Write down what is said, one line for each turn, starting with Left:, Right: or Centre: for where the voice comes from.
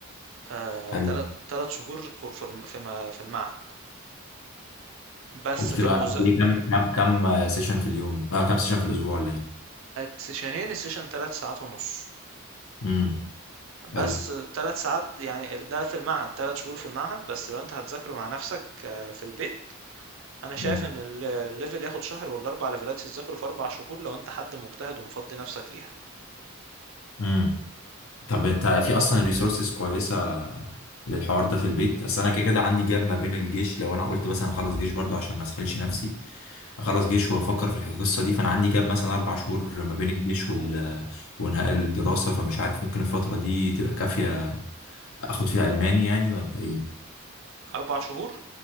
Right: آه،
Left: حلو
Right: تلات تلات شهور كو- في الم- في ما- في المعهد بس
Left: وبتبقى
Right: كمذاكرة
Left: قد إيه؟ كم كم كم سيشن في اليوم آه كم سيشن في الاسبوع ولا ايه
Right: سيشنين السيشن تلات ساعات ونص
Left: امم
Right: بس
Left: حلو
Right: تلات ساعات يعني ده في المعهد تلات شهور في المعهد بس لو انت هتذاكره مع نفسك آه، في البيت انا
Left: مم.
Right: شايف ان ال- الليفل ياخد شهر ولا اربع ليفلات تذاكره في اربع شهور لو انت حد مجتهد ومفضي نفسك ليها
Left: امم طب انت في اصلا ريسورسز كويسه للحوار ده في البيت اصل انا كده كده عندي جاب ما بين الجيش لو انا قلت مثلا اخلص جيش برضو عشان ما اسحلش نفسي اخلص جيش وافكر في الحاجة- القصه دي فانا عندي جاب مثلا اربع شهور ما بين الجيش وال... وانهاء الدراسه فمش عارف ممكن الفتره دي تبقى كافيه اخد فيها الماني يعني ولا ايه
Right: اربع شهور